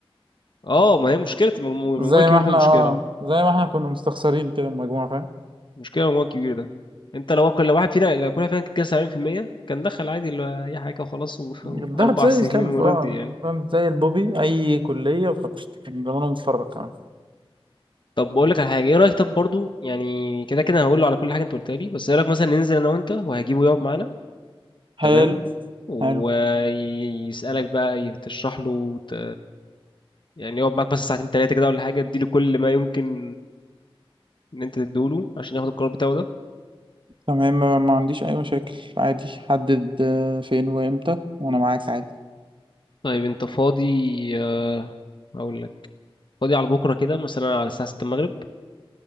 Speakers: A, on the left; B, on the right.
A: اه ما هي مشكله المجموع المجموع
B: زي
A: الكبير
B: ما احنا
A: ده مشكله
B: اه زي ما احنا كنا مستخسرين كده المجموع فاهم
A: مشكله المجموع الكبير ده انت لو كل واحد فينا لو كل واحد فينا كان كده 70% كان دخل عادي ل- اي حاجه وخلاص و-
B: الضغط
A: واربع
B: زي
A: سنين
B: الكلب
A: ورضي
B: اه
A: يعني
B: زي البوبي اي كلية وخلاص كان زمانه متفرج كمان
A: طب بقول لك على حاجه ايه رايك طب برضو يعني كده كده هقول له على كل حاجه انت قلتها لي بس ايه رايك مثلا ننزل انا وانت وهجيبه يقعد معانا
B: حلو
A: تمام ويسألك
B: حلو
A: بقى تشرح له ت... يعني يقعد معاك بس ساعتين تلاتة كده ولا حاجة تديله كل ما يمكن إن أنت تديله عشان ياخد القرار بتاعه ده
B: تمام ما ما عنديش اي مشاكل عادي حدد آه، فين وامتى وانا معاك عادي
A: طيب أنت فاضي آه، هقول لك فاضي على بكرة كده مثلا على الساعة ستة المغرب